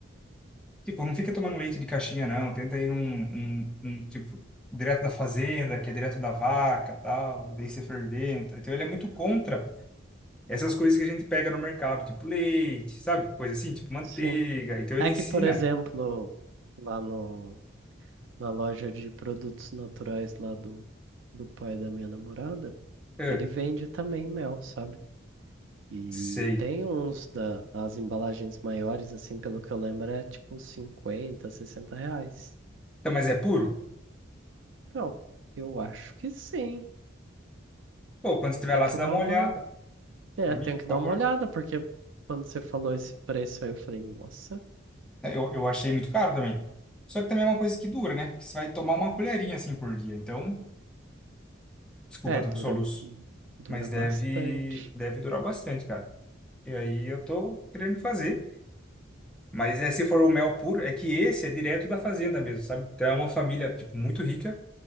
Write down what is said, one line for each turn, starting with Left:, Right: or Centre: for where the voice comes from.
Centre: Tipo, não fica tomando leite de caixinha, não. Tenta ir num, num, num, tipo, direto da fazenda, que é direto da vaca, tal. Daí você ferventa. Então, ele é muito contra essas coisas que a gente pega no mercado, tipo leite, sabe? Coisa assim, tipo manteiga.
Right: Sim.
Centre: Então, ele
Right: É
Centre: ensina.
Right: que, por exemplo, lá no, na loja de produtos naturais lá do, do pai da minha namorada,
Centre: Ah,
Right: ele vende também mel, sabe? E
Centre: sei.
Right: tem uns da, as embalagens maiores, assim, pelo que eu lembro, é tipo 50 60 reais.
Centre: Então, mas é puro?
Right: Então, eu acho que sim.
Centre: Pô, quando você estiver
Right: Tem
Centre: lá,
Right: que
Centre: você
Right: dar
Centre: dá uma
Right: uma
Centre: olhada
Right: É,
Centre: pra mim,
Right: tenho que
Centre: por favor.
Right: dar uma olhada, porque quando você falou esse preço aí, eu falei, nossa,
Centre: É, Eu, eu achei muito caro também. Só que também é uma coisa que dura, né? Que você vai tomar uma colherinha assim por dia. Então, desculpa,
Right: é,
Centre: tô
Right: dura,
Centre: com soluço.
Right: dura
Centre: Mas
Right: bastante.
Centre: deve, deve durar bastante, cara. E aí eu tô querendo fazer. Mas é, se for o mel puro, é que esse é direto da fazenda mesmo, sabe? Então é uma família, tipo, muito rica,